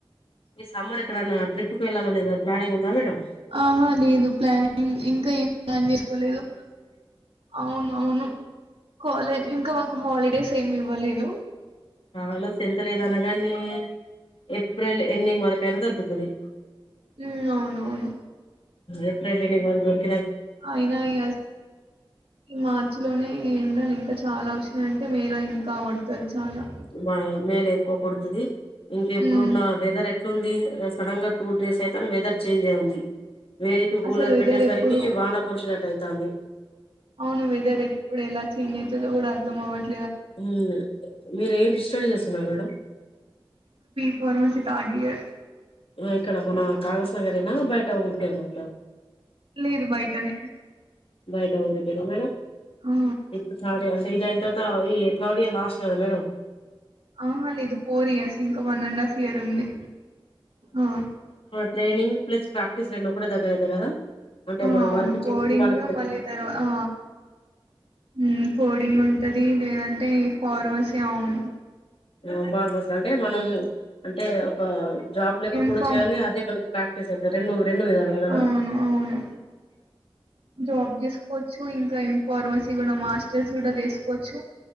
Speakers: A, on the left; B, on the right.
A: ఈ సమ్మర్ ఎక్కడన్నా ట్రిప్కి వెళ్ళాలనేది ప్లానింగ్ ఉందా మేడమ్
B: ఆహా లేదు ప్లానింగ్ ఇంకా ఏం ప్లాన్ చేసుకోలేదు. అవునవును కాలేజ్ ఇంకా మాకు హాలిడేస్ ఏం ఇవ్వలేదు.
A: అలోస్ ఎంత లేద్ అన్నగాని ఏప్రిల్ ఎండింగ్ వరక్ అయినా దొరుకుతది.
B: మ్ అవును. అవును
A: ఏప్రిల్ వరక్ దొర్
B: అయినా ఈ మార్చి లోనే ఎండాలి ఇంకా చాలా అ అంటే మేల ఇంకా కొడతది చాలా.
A: మా మేల ఒకు కొడుతుది ఇంక ఎప్పుడున్న
B: హ్మ్.
A: వెదర్ ఎట్లుంది సడన్ గా టూ డేస్ అయితేనే వెదర్ చేంజ్ అయి ఉంది వేడికి కూలర్
B: అసలు వెదర్
A: పెట్టేసరికి
B: ఎప్పుడు
A: వాన కుర్చినట్టయి తాలి
B: అవును వెదర్ ఎపుడ్ ఎలా చేంజ్ అవుయితుదో కూడా అర్ధం అవట్
A: మ్ మీరు ఏం స్టడీ చేస్తున్నారు మేడం
B: ఫర్మసి థర్డ్ ఇయర్
A: ఇక్కడ మన కాగ సగరేనా బయట ఊరితను అట్లా
B: లేదు బయటనే
A: బయట ఊరికడ మేడం
B: ఆ!
A: ఇప్పుడు సడ అం ఇది అంత అ ఈ థర్డ్ ఇయర్ లాస్ట్ ఇయర్ కదా మేడ
B: ఆహ లేదు ఫోర్ ఇయర్స్ ఇంకా వన్ అండ్ హాఫ్ ఇయర్ ఉంది ఆ
A: ట్రైనింగ్ ప్లస్ ప్రాక్టీస్ రెండు కూడా దగరా అయితది కదా అంటే
B: ఆ
A: మనం
B: అవును
A: వర్క్
B: కోడింగ్
A: చేసిన వాళ్
B: మళ్ళీ తర్వా అ మ్ కోడింగ్ ఉంటంది లేదంటే ఫార్మసీ అవును
A: మ్ ఫార్మస్ అంటే మనం అంటే ఒక జాబ్ లెక
B: ఇన్ఫామ్
A: కూడా చేయాలి అదే మనకి ప్రాక్టీస్ అయితే ర రెండు విధాలు కదా
B: అవును అవును జాబ్ చేసుకోవచ్చు ఇంకా ఇన్ఫార్మసీ కూడా మాస్టర్స్ కూడా తీసుకోవచ్చు,